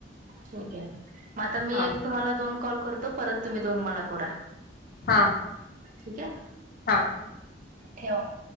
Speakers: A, on the right; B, on the left.
A: ठीक आहे मग आता मी
B: हा
A: एक तुम्हाला दोन कॉल करतो परत तुम्ही दोन मला करा.
B: हा
A: ठीक आहे
B: हा
A: ठेव.